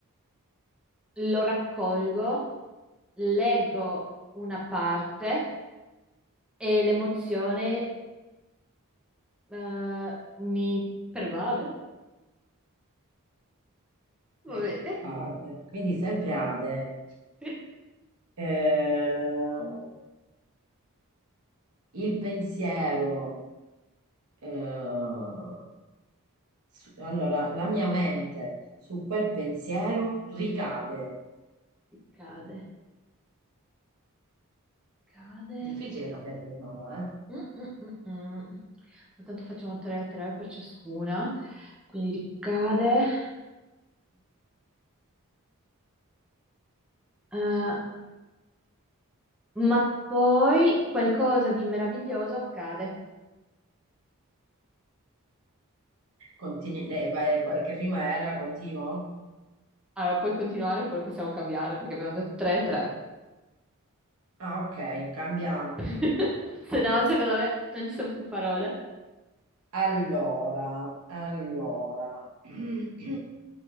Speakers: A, in the centre; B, on the right (about 70°).
A: Lo raccolgo, leggo una parte e l'emozione eh, mi pervade.
B: per
A: Va bene.
B: padre, quindi sempre Ade.
A: <laughs>
B: Eh, il pensiero, eh, su- allora la mia mente su quel pensiero ricade.
A: Cade, cade.
B: Difficile cambiare rima, mo, eh?
A: Mm, mm, mm, mm. Ma Tanto facciamo 3-3 per ciascuna, quindi ricade. Eh, ma poi qualcosa di meraviglioso accade.
B: Continui- lei vai- che rima era? Continuo?
A: Allora, puoi continuare oppure possiamo cambiare perché abbiamo detto 3-3.
B: Ah, ok, cambiamo.
A: <laughs> Se no, secondo me non ci sono più parole.
B: Allora, allora. <clears throat>